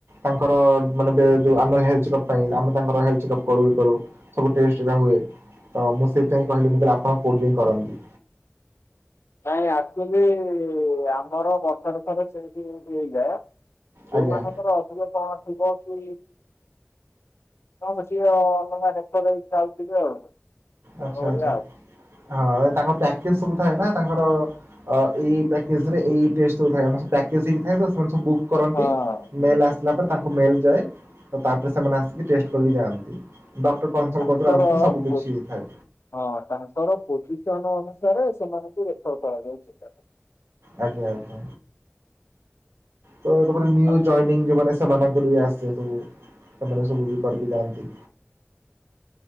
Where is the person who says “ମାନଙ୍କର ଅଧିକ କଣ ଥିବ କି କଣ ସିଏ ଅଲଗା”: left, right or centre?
Left